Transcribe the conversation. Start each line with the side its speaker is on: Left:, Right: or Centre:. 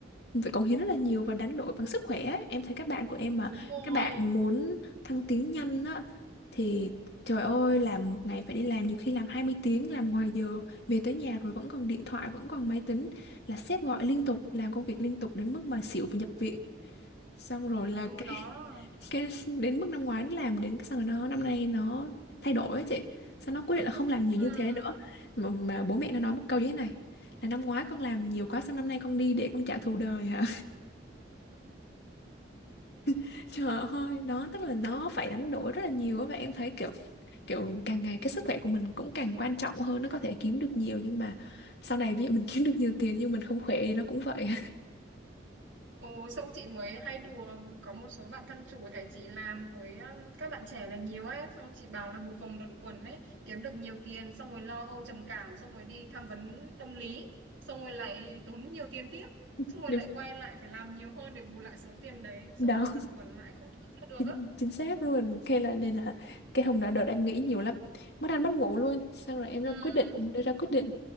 Left: mình phải cống hiến rất là nhiều và đánh đổi bằng sức khỏe ấy. Em thấy các bạn của em mà
Right: đúng
Left: các
Right: rồi
Left: bạn muốn thăng tiến nhanh á thì trời ơi làm một ngày phải đi làm nhiều khi làm 20 tiếng làm ngoài giờ về tới nhà rồi vẫn còn điện thoại vẫn còn máy tính là sếp gọi liên tục làm công việc liên tục đến mức mà xỉu và nhập viện xong rồi là
Right: từ đó
Left: cái đến mức năm ngoái nó làm đến cái xong rồi nó năm nay nó thay đổi ấy chị sao nó quyết định là không làm nhiều
Right: ừ.
Left: như thế nữa mà, mà bố mẹ nó nói một câu như thế này là năm ngoái con làm nhiều quá sao năm nay con đi để con trả thù đời hả <laughs> trời ơi đó tức là nó phải đánh đổi rất là nhiều á, và em thấy kiểu kiểu càng ngày cái sức khỏe của mình cũng càng quan trọng hơn nó có thể kiếm được nhiều nhưng mà sau này ví dụ mình <laughs> kiếm được nhiều tiền nhưng mình không khỏe thì nó cũng vậy
Right: Ừ, xong chị mới hay đùa có một số bạn thân chủ tại chị làm với um, các bạn trẻ là nhiều ấy xong chị bảo là một vòng luẩn quẩn ấy kiếm được nhiều tiền xong rồi lo âu trầm cảm xong rồi đi tham vấn tâm lý xong rồi lại tốn nhiều tiền tiếp
Left: <laughs>
Right: xong rồi lại
Left: đúng
Right: quay lại phải làm nhiều hơn để bù lại số tiền đấy xong
Left: đó.
Right: rồi luẩn quẩn lại không thoát ra được
Left: chính,
Right: á
Left: chính xác luôn Thế là nên là cái hôm đó đợt em nghĩ nhiều lắm mất ăn mất ngủ luôn xong rồi em ra
Right: ừ,
Left: quyết định đưa ra quyết định